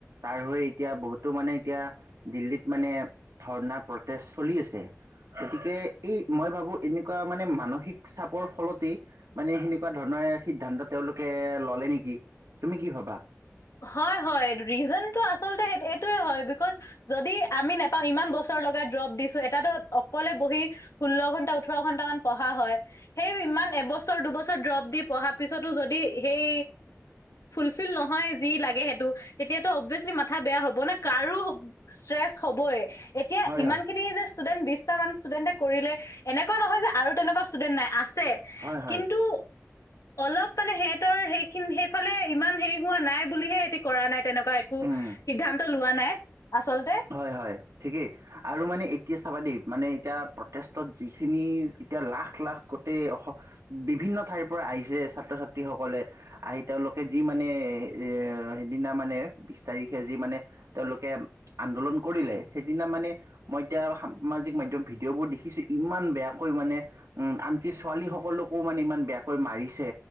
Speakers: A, on the right (about 80°); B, on the left (about 80°).
A: তাৰ হৈ এতিয়া বহুতো মানে এতিয়া দিল্লীত মানে ধৰ্ণা প্ৰটেষ্ট চলি আছে। গতিকে এই মই ভাবো এনেকুৱা মানে মানসিক চাপৰ ফলতেই মানে সেনেকুৱা ধৰণৰ সিদ্ধান্ত তেওঁলোকে ললে নেকি, তুমি কি ভাবা?
B: হয় হয় ৰিজনটো আচলতে এইটোৱে হয় বিকজ যদি আমি নেপা ইমান বছৰ লগাই ড্ৰপ দিছো এটাতো অকলে বহি ষোল্ল ঘণ্টা ওঠৰ ঘণ্টা মান পঢ়া হয় সেই ইমান এবছৰ দুবছৰ ড্ৰপ দি পঢ়াৰ পিছতো যদি সেই ফুলফিল নহয় যি লাগে সেইটো তেতিয়াতো অভিয়াচলি মাথা বেয়া হ'ব নে কাৰো ষ্ট্ৰেচ হবই এতিয়া
A: হয়
B: ইমান
A: হয়
B: খিনি যে ষ্টুডেণ্ট বিশটা মান ষ্টুডেণ্টে কৰিলে এনেকুৱা নহয় যে আৰু তেনেকুৱা ষ্টুডেণ্ট নাই আছে।
A: হয় হয়।
B: কিন্তু অলপ মানে হেহঁতৰ সেইখিন সেইফালে ইমান হেৰি হোৱা নাই বুলিহে হেতী কৰা নাই তেনেক বা একো
A: উম
B: সিদ্ধান্ত লোৱা নাই আচলতে।
A: হয় হয় ঠিকেই। আৰু মানে এতিয়া চাবা দেই মানে এতিয়া প্ৰটেষ্টত যিখিনি এতিয়া লাখ লাখ গোটেই অ বিভিন্ন ঠাইৰ পৰা আহিছে ছাত্ৰ ছাত্ৰীসকলে আহি তেওঁলোকে যি মানে এ সেইদিনা মানে বিশ তাৰিখে যি মানে তেওঁলোকে আন্দোলন কৰিলে সেইদিনা মানে মই এতিয়া সামাজিক মাধ্যম ভিডিঅ'বোৰ দেখিছো ইমান বেয়াকৈ মানে উম আনকি, ছোৱালী সকলকো মানে ইমান বেয়াকৈ মাৰিছে